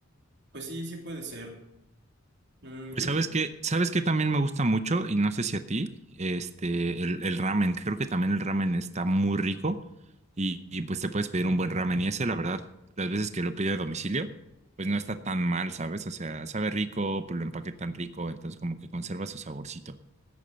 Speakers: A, on the right (about 50°); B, on the right (about 30°).
A: Pues sí, sí puede ser. Mm,
B: Pues
A: yo
B: sabes que, sabes que también me gusta mucho, y no sé si a ti, este, el, el ramen. Creo que también el ramen está muy rico y, y, pues te puedes pedir un buen ramen. Y ese, la verdad, las veces que lo pido a domicilio, pues no está tan mal, ¿sabes? O sea, sabe rico, pues lo empaquetan rico, entonces como que conserva su saborcito.